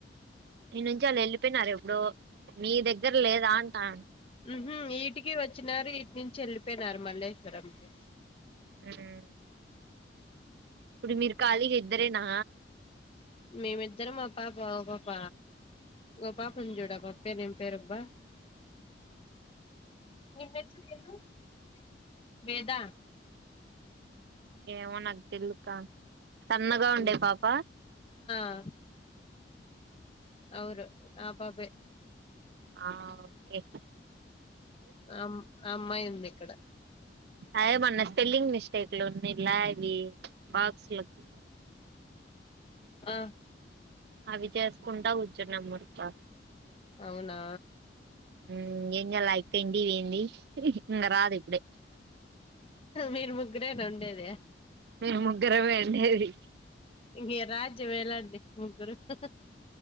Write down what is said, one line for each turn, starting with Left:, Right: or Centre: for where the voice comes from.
Right: ఈ నుంచి వాళ్ళు వెళ్ళిపోయినారు ఎప్పుడో మీ దగ్గర లేదా అంటా.
Left: హ్మ్ హు వీటికి వచ్చినారు వీటి నుంచి వెళ్ళిపోయినారు మల్లేశ్వరం కి
Right: హ్మ్ ఇప్పుడు మీరు ఖాళీగా ఇద్దరేనా
Left: మేమిద్దరం ఓహ్ పాప ఓ పాప ఓ పాప ఉంది చూడు ఆ పాప పేరు ఏం పేరబ్బా <inaudible> వేద
Right: ఏమో నాకు తెలుదుకా సన్నగా ఉండే
Left: ఉమ్
Right: పాప
Left: ఆ అవును ఆ పాపే
Right: ఆ ఓకే
Left: ఆమ్ అమ్మాయి ఉంది ఇక్కడ
Right: అదే మొన్నా స్పెల్లింగ్ మిస్టేక్లు ఉన్ని ఉండలా ఇవి బాక్స్ లకు
Left: ఆ
Right: అవి చేసుకుంటా కూర్చున్నాము నవ్వుతా
Left: అవునా
Right: హ్మ్ ఏం చేయల్లా ఆయక్క ఇంటికి పోయింది ఇంకా రాదు ఇప్పుడే
Left: మీరు ముగ్గురేనా ఉండేది
Right: మేము ముగ్గురమే ఉండేది
Left: ఇగ రాజ్యమేలండి ముగ్గురు హ్మ్ హు